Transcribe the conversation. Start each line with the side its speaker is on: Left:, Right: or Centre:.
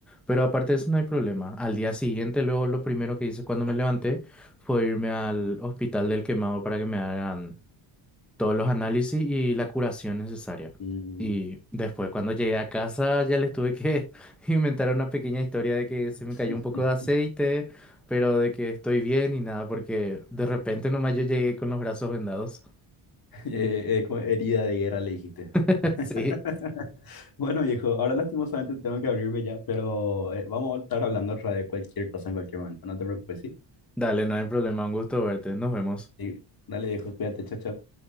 Centre: Pero aparte de eso no hay problema. Al día siguiente, luego lo primero que hice cuando me levanté fue irme al hospital del quemado para que me hagan todos los análisis y la curación necesaria.
Left: Mm.
Centre: Y después, cuando llegué a casa, ya les tuve que <laughs> inventar una pequeña historia de que se
Left: <laughs>
Centre: me cayó un poco de aceite, pero de que estoy bien y nada, porque de repente nomás yo llegué con los brazos vendados.
Left: Eh, eh, como herida de guerra le dijiste.
Centre: <laughs>
Left: <laughs>
Centre: Sí,
Left: Bueno, viejo, ahora lastimosamente tengo que abrirme ya, pero eh, vamos a estar hablando otra de cualquier cosa en cualquier momento, no te preocupes, ¿sí?
Centre: dale, no hay problema, un gusto verte, nos vemos.
Left: Sí. Dale, viejo, cuídate, chao, chao.